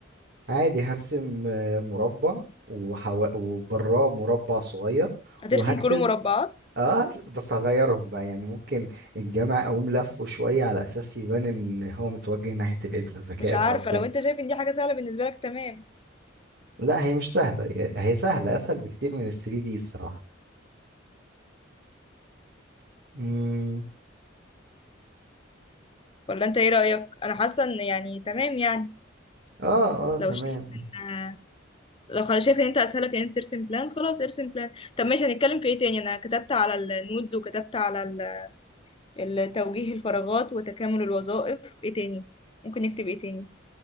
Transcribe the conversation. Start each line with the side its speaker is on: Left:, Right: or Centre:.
Right: عادي هرسم آه، مربع وحو... وبراه مربع صغير
Left: هترسم
Right: وهكتب
Left: كله مربعات
Right: اه بس هغيرهم بقى يعني ممكن الجامع اقوم لفه شويه على اساس يبان ان هو متوجه ناحيه القبله ذكاء
Left: مش عارفة
Right: بقى وكده
Left: لو انت شايف ان دي حاجة سهلة بالنسبة لك تمام
Right: لا هي مش سهله هي هي سهله اسهل بكتير من ال 3 دي الصراحه امم
Left: ولا انت ايه رأيك انا حاسة ان يعني تمام يعني
Right: اه اه تمام
Left: لو شايف ان لو خلاص شايف ان انت اسهلك ان انت ترسم بلان خلاص ارسم بلان طب ماشي هنتكلم في ايه تاني انا كتبت على النودز وكتبت على ال- التوجيه الفراغات وتكامل الوظائف ايه تاني ممكن نكتب ايه تاني